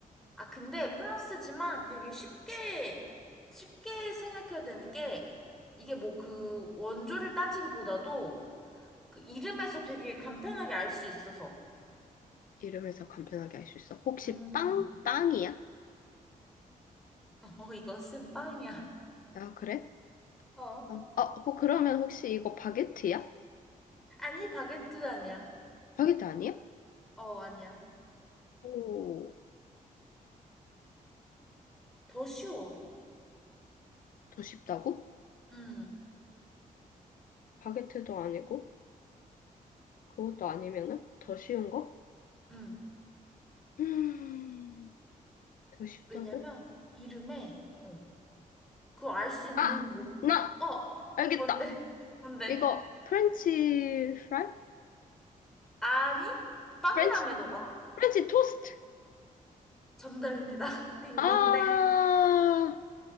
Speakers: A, in the centre; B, on the left (about 70°).
A: 아, 근데 프랑스지만 되게 쉽게, 쉽게 생각해야 되는 게, 이게 뭐 그 원조를 따지기보다도 그 이름에서 되게 간편하게 알 수 있어서.
B: 이름에서 간편하게 알 수 있어. 혹시
A: 음.
B: 빵? 빵이야?
A: <laughs> 어, 이것은 빵이야.
B: 아, 그래?
A: 어.
B: 빵. 어, 어, 그러면 혹시 이거 바게트야?
A: 아니, 바게트 아니야.
B: 바게트 아니야?
A: 어, 아니야.
B: 오,
A: 더 쉬워.
B: 더 쉽다고?
A: 응,
B: 바게트도 아니고, 그것도 아니면은 더 쉬운 거?
A: 음
B: 음, 더 쉽다고?
A: 왜냐면 이름에 어, 그거 알 수 있는
B: 아,
A: 뭔
B: 나
A: 어,
B: 알겠다.
A: 뭔데? <laughs> 뭔데?
B: 이거 프렌치 프라이?
A: 아니? 빵이라며
B: 프렌치,
A: 너가.
B: 프렌치 토스트.
A: 정답입니다. <laughs>
B: 아,
A: 딩동댕.